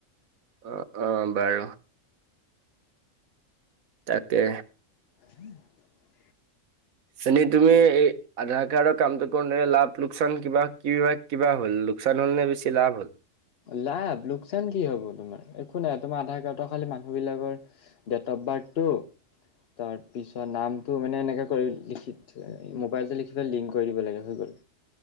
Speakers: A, on the right; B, on the left.
A: অ-অ বাৰু তাকে
B: <inaudible>
A: চনি তুমি এই আধাৰ কাৰ্ডৰ কামটো কৰোঁতে ন, লাভ লোকচান কিবা কিব কিবা হ'ল? লোকচান হ'ল নে, বেছি লাভ হ'ল?
B: লাভ লোকচান কি হ'ব তোমাৰ, একো নাই তোমাৰ আধাৰ কাৰ্ডৰ খালি মানুহ বিলাকৰ ডেট বাটু <unintelligible> তাৰপিছত নামটো মানে এনেকৈ কৰি, লিখি থ মোবাইল যে লিখিতে লিংক কৰি দিব লাগে হৈ গ'ল।